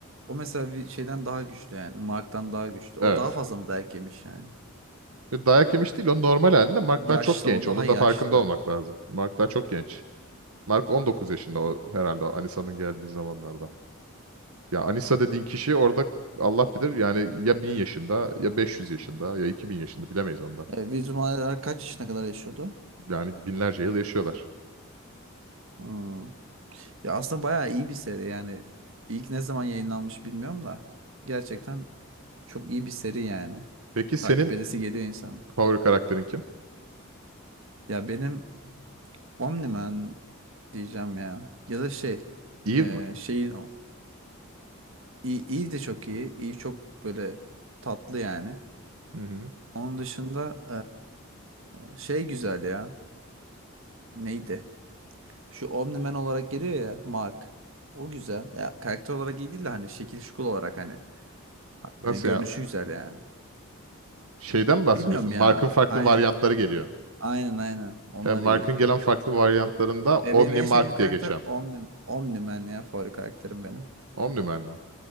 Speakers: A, on the right; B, on the right.
A: O mesela bir şeyden daha güçlü yani. Mark'tan daha güçlü.
B: evet.
A: O daha fazla mı dayak yemiş yani?
B: E, Dayak yemiş değil o normal halinde. Mark
A: Yaşlı,
B: daha çok genç.
A: o daha
B: Onun
A: yaşlı.
B: da farkında olmak lazım. Mark daha çok genç. Mark 19 yaşında o herhalde o Anissa'nın geldiği zamanlarda. Ya Anissa dediğin kişi orada Allah bilir yani ya 1000 yaşında ya 500 yaşında ya 2000 yaşında bilemeyiz onda.
A: E, Vizum Alara kaç yaşına kadar yaşıyordu?
B: Yani binlerce yıl yaşıyorlar.
A: Hmm. Ya aslında bayağı iyi bir seri yani. İlk ne zaman yayınlanmış bilmiyorum da. Gerçekten çok iyi bir seri yani.
B: Peki senin
A: Takip edesi geliyor insanın.
B: favori karakterin kim?
A: Ya benim OmniMan diyeceğim ya. Ya da şey.
B: Eve
A: e,
B: mi?
A: şeyin o. İyi, iyi de çok iyi. İyi çok böyle tatlı yani.
B: Hı hı.
A: Onun dışında e, şey güzel ya. Neydi? Şu Omni-Man olarak geliyor ya Mark. O güzel. Ya karakter olarak iyi değil de hani şekil şukul olarak hani ha-
B: Nasıl
A: e, görünüşü
B: ya?
A: güzel yani.
B: Şeyden mi bahsediyorsun?
A: Bilmiyorum
B: Mark'ın
A: ya.
B: farklı
A: Aynen.
B: varyantları geliyor.
A: Aynen aynen. Onlar
B: He, Mark'ın
A: iyi.
B: gelen farklı varyantlarında
A: Ve
B: Omni
A: benim en
B: Mark
A: sevdiğim karakter
B: diye geçen
A: Omni, Omni-Man ya favori karakterim benim.
B: Omniman mı?